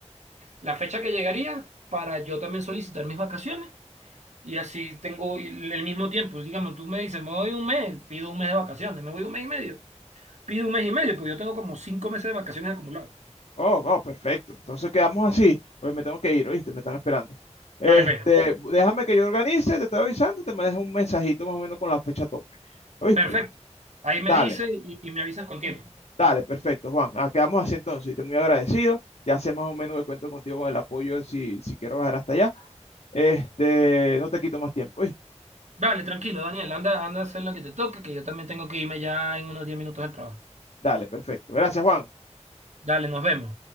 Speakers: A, on the right; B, on the left.
A: la fecha que llegaría para yo también solicitar mis vacaciones. Y así tengo el el mismo tiempo. Digamos, tú me dices, me voy un mes, pido un mes de vacaciones, me voy un mes y medio, pido un mes y medio, porque yo tengo como cinco meses de vacaciones acumulados.
B: Oh, oh, perfecto. Entonces quedamos así. Pues me tengo que ir, ¿oíste? Me están esperando. Este,
A: Dale, pues.
B: déjame que yo organice, te estoy avisando, te me dejo un mensajito más o menos con la fecha tope. ¿Oíste?
A: Perfecto. Ahí
B: Dale,
A: me dice y, y me avisas con tiempo.
B: dale, perfecto, Juan. Ah, quedamos así entonces. Y te muy agradecido. Ya sé más o menos que cuento contigo con el apoyo si, si quiero bajar hasta allá. Este, no te quito más tiempo, ¿oíste?
A: Dale, tranquilo, Daniel. Anda, anda a hacer lo que te toque, que yo también tengo que irme ya en unos 10 minutos al trabajo.
B: Dale, perfecto. Gracias, Juan.
A: Dale, nos vemos.